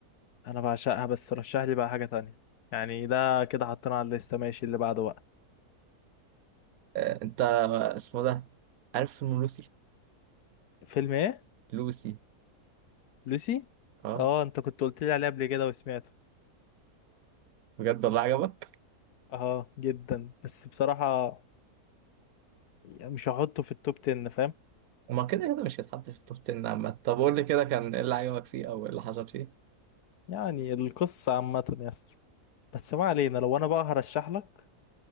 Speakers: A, on the left; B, on the right.
A: انا بعشقها بس رشح لي بقى حاجة تانية يعني ده كده حطينا على الليستة ماشي اللي بعده بقى
B: آه انت اسمه ده عارف فيلم لوسي
A: فيلم ايه
B: لوسي
A: لوسي
B: اه
A: اه انت كنت قلت لي عليه قبل كده وسمعته
B: بجد والله عجبك
A: اه جدا بس بصراحة يعني مش هحطه في التوب 10 فاهم
B: ما كده كده مش هيتحط في التوب 10 عامة طب قول لي كده كان ايه اللي عجبك فيه او ايه اللي حصل فيه
A: يعني القصة عامة يا اسطى بس ما علينا لو انا بقى هرشح لك